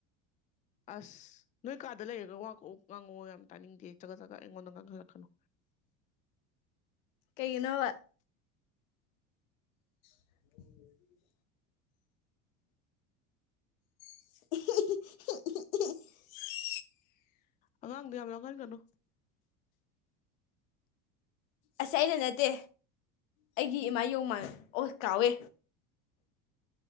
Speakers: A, on the left; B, on the left.
A: ꯑꯁ ꯅꯣꯏ ꯀꯥꯗ ꯂꯩꯔꯒ ꯋꯥ ꯀꯛꯎ ꯉꯥꯡꯉꯛꯑꯣ ꯌꯥꯝ ꯇꯥꯅꯤꯡꯗꯦ ꯆꯒꯠ ꯆꯒꯠ ꯑꯩꯉꯣꯟꯗ ꯉꯥꯡꯍꯜꯂꯛꯀꯅꯨ
B: ꯀꯩꯒꯤꯅꯣꯕ <inaudible> <unintelligible>
A: ꯑꯉꯥꯡꯗꯣ ꯌꯥꯝ ꯂꯥꯡꯍꯟꯒꯅꯨ
B: ꯑꯁ ꯑꯩꯅ ꯅꯠꯇꯦ ꯑꯩꯒꯤ
A: ꯎꯝ
B: ꯏꯃꯥ ꯌꯣꯡꯃꯥ ꯀꯥꯎꯋꯦ